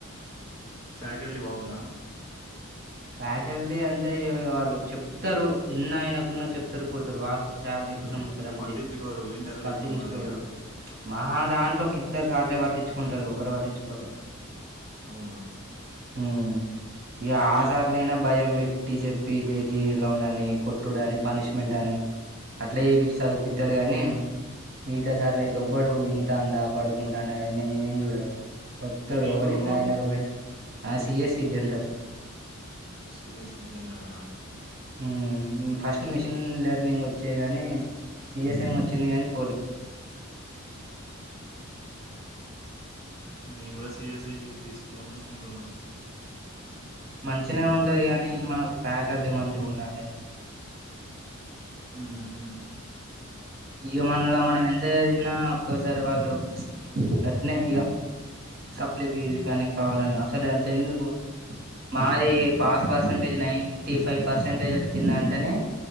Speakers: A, on the left; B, on the right.
A: ఫ్యాకల్టీ బాగుందా
B: ఫ్యాకల్టీ అంటే వాళ్ళు చెప్తారు ఇన్న ఆయనకున్నా చెప్తారు పోతారు వాళ్ళు శాలరీ కోసం వస్తారు
A: ఇగ
B: అంతే
A: పట్టించుకోరు ఇంటర్లో
B: పట్టించుకోరు
A: ఎక్కు ఉండదు ఇగ
B: మా దాంట్లో ఇద్దరు సార్లే పట్టించుకుంటారు ఓవరు పట్టించుకోరు
A: అవునా
B: ఉమ్. ఇగ ఆస్తి
A: ఏ
B: సార్లయినా భయం పెట్ ట్టి చెప్పి <unintelligible> కొట్టుడు అని పనిష్మెంట్ అని అట్లా చేపిచ్చి సదువుపిత్తరు గాని మిగతా సార్లు అయితే ఓవ్వడు ఇంటండా పడుకుండ అవన్నీ ఏం చూడరు ఒత్తడు
A: నీదే
B: ఓవ్వడు
A: గ్రూపు?
B: విన్నా వినకపోయినా ఆ సీఈసీ జనరల్
A: హ్మ్. సీఎస్ఈ జనరలా?
B: ఊ ఫస్ట్ మిషిన్ లెర్నింగ్ వచ్చాయి గానీ సిఎస్ఎం వచ్చింది కానీ పోలు
A: నేను కూడా సీఈసీ తీసుకుందాం అనుకుంటున్నా
B: మంచినే ఉంటది కాని మనకు ఫ్యాకల్టీ మంచిగా ఉండాలి
A: ఉహు
B: ఇగ మనల మనం ఎంత చదిగినా ఒక్కోసారి వాళ్ళు గట్నే ఇగ సప్లి ఫీజ్ కానీ కావాలని అసలు ఎంత ఎందుకు మాది pass percentage ninety five percentage వచ్చిందింటేనే